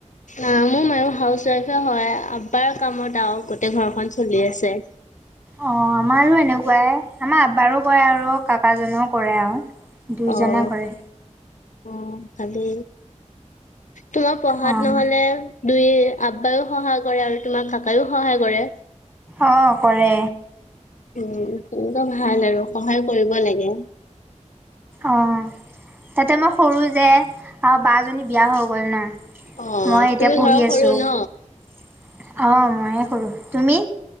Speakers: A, on the left; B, on the right.
A: আহ মোৰ মায়ু হাউচ ৱাইফে হয় আবাৰ কামত আৰু গোটেই ঘৰখন চলি আছে
B: অ আমাৰো এনেকুৱাই আমাৰ আব্বাৰো কৰে আৰু কাকাজও কৰে আৰু দুইজনে
A: অ',
B: কৰে
A: অ ভালী তোমাৰ পঢ়াত
B: অঁ,
A: নহলে দুই আব্বায়ও সহায় কৰে আৰু তোমাৰ কাকায়ও সহায় কৰে
B: অ কৰে
A: উম তেনেকুৱা ভাল আৰু সহায় কৰিব লাগে
B: অ তাতে মই সৰু যে আৰু বজনী বিয়া হৈ গ'ল ন
A: অ',
B: মই এতিয়া
A: তুমি
B: পঢ়ি
A: ঘৰৰ সৰু
B: আছোঁ অ'
A: ন?
B: ময়ে সৰু, তুমি?